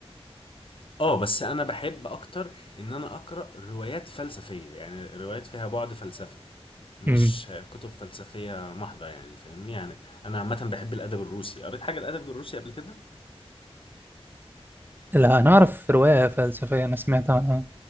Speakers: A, on the left; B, on the right.
A: اه بس انا بحب اكتر ان انا اقرا روايات فلسفيه يعني روايات فيها بعد فلسفي مش
B: امم
A: كتب فلسفيه محضه يعني فاهمني يعني انا عامه بحب الادب الروسي قريت حاجه الادب الروسي قبل كده
B: لا انا اعرف روايه فلسفيه انا سمعت عنها